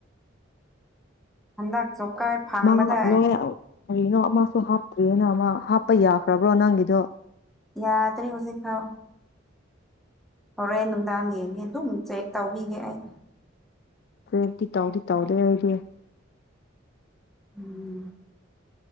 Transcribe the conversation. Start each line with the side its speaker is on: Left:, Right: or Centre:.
Centre: ꯍꯟꯗꯛ ꯆꯣꯞꯀꯥꯔ ꯐꯥꯡꯕꯗꯏ
Left: ꯃꯥ ꯂꯣꯏ ꯀꯔꯤꯅꯣ ꯑꯃꯁꯨ ꯍꯥꯞꯇ꯭ꯔꯤꯅ ꯃꯥ ꯍꯥꯞꯄ ꯌꯥꯈ꯭ꯔꯕ꯭ꯔꯣ ꯅꯪꯒꯤꯗꯣ
Centre: ꯌꯥꯗ꯭ꯔꯤ ꯍꯧꯖꯤꯛ ꯐꯥꯎ ꯍꯣꯔꯦꯟ ꯅꯨꯡꯗꯥꯡ ꯌꯦꯡꯒꯦ ꯑꯗꯨꯝ ꯆꯦꯛ ꯇꯧꯕꯤꯒꯦ ꯑꯩ
Left: UNINTELLIGIBLE ꯇꯥꯎꯗꯤ ꯇꯥꯎꯗ ꯑꯩꯗꯤ
Centre: ꯎꯝ